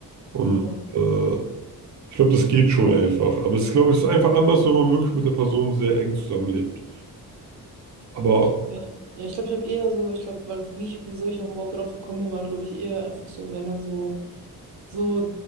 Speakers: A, on the right; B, on the right.
A: Und
B: Ja.
A: äh, ich glaube, das geht schon einfach. Aber es ist, glaube ich, es ist einfach anders, wenn man wirklich mit der Person sehr eng zusammenlebt. Aber
B: Ja, ich- ja ich glaube, ich habe eher so, ich glaube, weil wie ich, wieso ich auch überhaupt drauf gekommen bin, waren, glaube ich, eher einfach so, wenn man so. so